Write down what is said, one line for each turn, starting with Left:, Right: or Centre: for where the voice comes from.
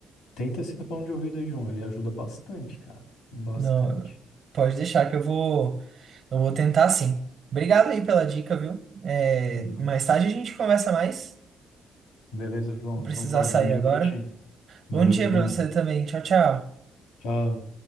Left: Tenta esse tapão de ouvido aí, João. Ele ajuda bastante, cara. Bastante.
Right: Não, pode deixar que eu vou, eu vou tentar sim. Obrigado aí pela dica, viu? É,
Left: Hum.
Right: mais tarde a gente conversa mais.
Left: Beleza, João.
Right: Vou precisar
Left: Então tá,
Right: sair
Left: bom dia
Right: agora.
Left: pra ti. Valeu,
Right: Bom dia
Left: João.
Right: pra você também. Tchau, tchau.
Left: Tchau.